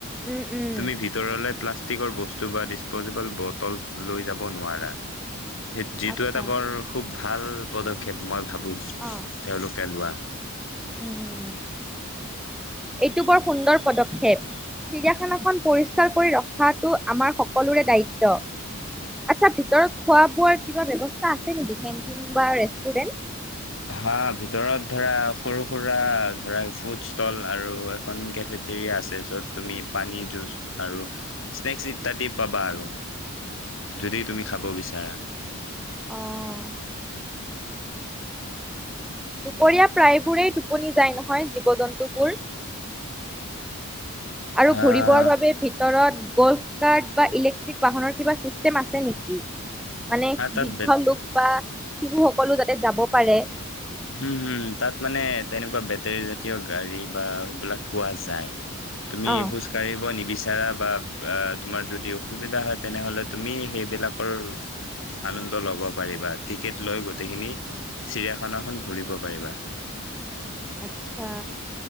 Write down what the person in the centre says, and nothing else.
উম উম
আচ্ছা
অঁ
উম এইটো বৰ সুন্দৰ পদক্ষেপ চিৰিয়াখানাখন পৰিষ্কাৰ কৰি ৰখাটো আমাৰ সকলোৰে দায়িত্ব। আচ্ছা ভিতৰত খোৱা বোৱাৰ কিবা ব্যৱস্থা আছে নেকি কেণ্টিন বা ৰেষ্টুৰেণ্ট
অহ দুপৰীয়া প্ৰায়বোৰেই টোপনি যায় নহয় জীৱ জন্তুবোৰ আৰু
ঘুৰিবৰ বাবে ভিতৰত গ'ল্ফ কাৰ্ড বা ইলেক্ট্ৰিক বাহনৰ কিবা ছিষ্টেম আছে নেকি? মানে
বৃদ্ধ
লোক বা শিশু সকলো যাতে যাব পাৰে
অ'।
আচ্ছা